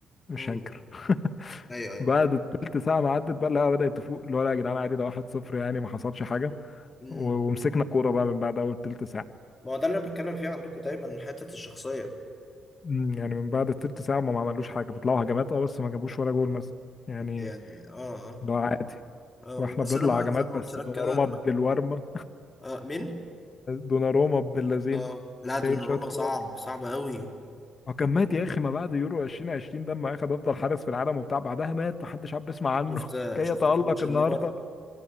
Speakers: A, on the left (about 40°); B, on the left (about 25°).
A: مش
B: امم
A: هنكر <laughs>
B: ايوه ايوه
A: بعد التلت ساعه ما عدت بقى لا بدات تفوق اللي هو لا يا جدعان عادي ده 1-0 يعني ما حصلش حاجه
B: امم
A: و- ومسكنا كوره بقى من بعد اول تلت ساعه
B: ما هو ده اللي انا بتكلم فيه عندكم دايما حتة الشخصية
A: أمم، يعني من بعد التلت ساعه ما ما عملوش حاجه بيطلعوا هجمات اه بس ما جابوش ولا جول مثلا يعني
B: يعني اه اه
A: ده عادي
B: آه،
A: واحنا
B: بس
A: بنطلع
B: انا ما-
A: هجمات
B: زي ما قلت
A: بس
B: لك
A: دوناروما
B: كده انا
A: بالورمه
B: ب... آه مين
A: دوناروما ابن اللذينه
B: اه لا دوناروما
A: شايل شويه كور
B: صعب صعب قوي
A: هو كان مات يا اخي ما بعد يورو 2020 ده لما اخد افضل حارس في العالم وبتاع بعدها مات محدش عاد بيسمع عنه
B: شفت
A: <laughs> كي
B: شفته
A: يتألق
B: في ماتش
A: النهارده
B: الليفر